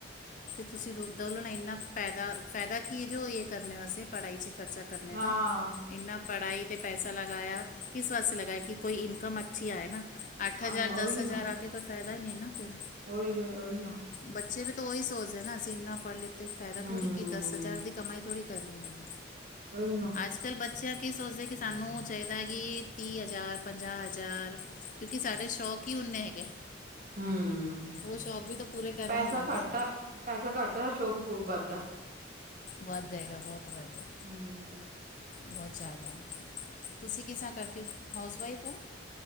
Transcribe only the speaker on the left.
ਫਿਰ ਤੁਸੀਂ ਰੋ ਇੰਨਾ ਫਾਇਦਾ-ਫਾਇਦਾ ਕੀ ਜੋ ਇਹ ਕਰਨੇ ਵਾਸਤੇ ਪੜ੍ਹਾਈ ਚ' ਖਰਚਾ। ਕਰਨੇ
ਦਾ। ਇਨਾ ਪੜ੍ਹਾਈ 'ਤੇ ਪੈਸਾ ਲਗਾਇਆ ਕਿਸ ਵਾਸਤੇ ਲਗਾਇਆ। ਕਿ ਕੋਈ ਇਨਕਮ ਅੱਛੀ ਆਏ ਨਾ। ਅੱਠ
ਹਜ਼ਾਰ,
ਦਸ ਹਜ਼ਾਰ
ਆ ਕੇ ਕੋਈ ਫ਼ਾਇਦਾ ਹੀ ਨਹੀਂ ਨਾ ਫਿਰ
ਬੱਚੇ ਵੀ ਤਾਂ ਉਹੀ ਸੋਚਦੇ ਨਾ ਅਸੀਂ ਇੰਨਾ ਪੜ੍ਹ ਲਿੱਖ ਫਾਇਦਾ
ਥੋੜ੍ਹਾ ਕੀਤਾ ਸੀ ਹਜ਼ਾਰ ਦੀ ਕਮਾਈ ਥੋੜੀ ਕਰਨੀ ਹੈਗੀ
ਅੱਜ ਕੱਲ੍ਹ ਬੱਚਿਆਂ ਕੀ ਸੋਚਦੇ ਕਿ ਸਾਨੂੰ ਚਾਹੀਦਾ ਹੈ ਕਿ ਤੀਹ ਹਜ਼ਾਰ, ਪੰਜਾਹ ਹਜ਼ਾਰ ਕਿਉਂਕਿ ਸਾਡੇ ਸ਼ੌਕ ਹੀ ਓਨੇ ਹੈਗੇ।
ਉਹ ਸ਼ੌਕ ਵੀ ਤਾਂ ਪੂਰੇ ਕਰਨੇ
ਉਹਨਾਂ
ਨੇ
ਵੱਧ ਹੈਗਾ ਬਹੁਤ ਵੱਧ ਹੈ।
ਬਹੁਤ ਜ਼ਿਆਦਾ ਤੁਸੀਂ ਕਿਸ ਤਰਾ ਕਰਕੇ ਹਾਊਸ ਵਾਈਫ ਹੋ?